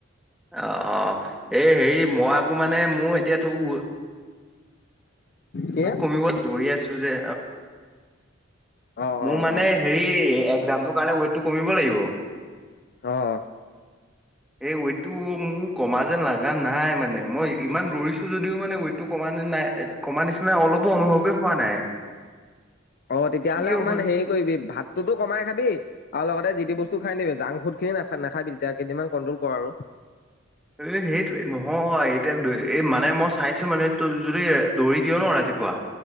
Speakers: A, in the centre; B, on the left.
A: অ' অ' এই হেৰি মই আকো মানে মোৰ এতিয়া তোৰ।
B: কি?
A: টোৰ কমিব দৌৰি আছো যে
B: অ
A: মোৰ
B: অ
A: মানে
B: অ
A: হেৰি একজামটোৰ কাৰণে ৱেইটটো কমিব লাগিব।
B: অ'
A: এই ৱেইট টো মোৰ কমা যেন লগা নাই মানে মই ইমান দৌৰিছো যদিও মানে ৱেইটটো কমা নাই কমা নিচিনা অলপো অনুভৱে হোৱা নাই।
B: অঁ, তেতিয়াহলে
A: কি
B: অকণমান
A: হ'ব
B: হেৰি কৰিবি ভাতটোতো কমাই খাবি আৰু লগতে যিতি বস্তু খাই নিবি জাংক ফুড খিনি নখাবি তেতিয়া কেইদিন কণ্ট্ৰল কৰ আৰু।
A: এ সেইটো নহয় এতিয়া এই মানে মই চাইছো মানে ত যদি দৌৰি দিয় ন ৰাতি পুৱা।